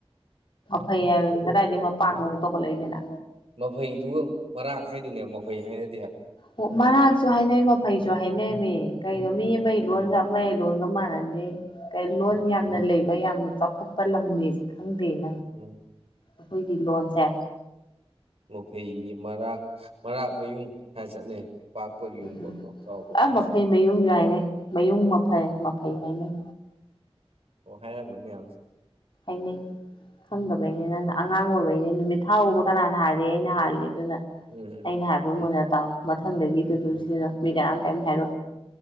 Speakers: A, on the left (about 50°); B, on the right (about 70°).
A: ꯐꯩ ꯍꯥꯏꯕꯅꯤ ꯀꯗꯥꯏꯗꯒꯤ ꯃꯄꯥꯛꯃꯨꯛ ꯇꯧꯈꯠꯂꯛꯏꯗꯅ
B: ꯃꯐꯩꯗꯨꯒ ꯃꯔꯥꯛ ꯍꯥꯏꯗꯨꯅꯦ ꯃꯐꯩꯍꯥꯏꯅ
A: ꯑꯣ ꯃꯔꯥꯛꯁꯨ ꯍꯥꯏꯅꯩ ꯃꯈ ꯐꯩꯁꯨ ꯍꯥꯏꯅꯩꯃꯤ ꯀꯩꯅꯣ ꯃꯤ ꯑꯃꯒꯤ
B: ꯎꯝ
A: ꯂꯣꯟꯒ ꯑꯃ ꯂꯣꯟꯒ ꯃꯥꯥꯟꯅ ꯍꯥꯏꯗꯤ ꯂꯣꯟ ꯌꯥꯝꯅ
B: ꯎꯝ
A: ꯂꯩꯕ ꯌꯥꯝꯅ ꯆꯥꯎ ꯆꯥꯎꯈꯠꯄ ꯂꯝꯅꯦꯁꯦ ꯈꯪꯗꯦꯅ
B: ꯎꯝ
A: ꯑꯩꯈꯣꯏꯒꯤ ꯂꯣꯟꯁꯦ
B: ꯃꯐꯩꯒꯤ ꯃꯔꯥꯛ ꯃꯔꯥꯛꯃꯌꯨꯡ ꯍꯥꯏ ꯆꯠꯅꯩ ꯄꯥꯛꯄ ꯌꯨꯡꯕ
A: ꯎꯝ
B: ꯆꯥꯎꯕ
A: ꯑ
B: ꯍꯥꯏꯁꯦ
A: ꯃꯐꯩ ꯃꯌꯨꯡ ꯌꯥꯥꯏꯅꯦ ꯃꯌꯨꯡ ꯃꯐꯩ ꯃꯐꯩ ꯍꯥꯏꯅꯩ
B: ꯑꯣ ꯍ ꯃꯅꯤ ꯑ
A: <unintelligible> ꯈꯪꯗꯕꯩꯅꯦ ꯅꯪꯅ ꯑꯉꯥꯡ ꯑꯣꯏꯕꯩꯅꯤ ꯅꯨꯃꯤꯠ ꯊꯥ ꯎꯕ ꯀꯅꯥꯅ ꯍꯥꯜꯂꯦ ꯑꯩꯅ ꯍꯥꯜꯂꯦꯕ ꯑꯗꯨꯅ
B: ꯎꯝ ꯎꯝ
A: ꯑꯩꯅ ꯍꯥꯏꯕ
B: ꯎꯝ
A: ꯃꯨꯟꯅ ꯇꯥꯎ ꯃꯊꯪꯗꯒꯤꯗꯨ ꯑꯗꯨꯝ
B: ꯎꯝ
A: ꯁꯤꯗꯅꯣ ꯃꯤ ꯀ ꯀꯩꯅ ꯍꯥꯏꯔꯣ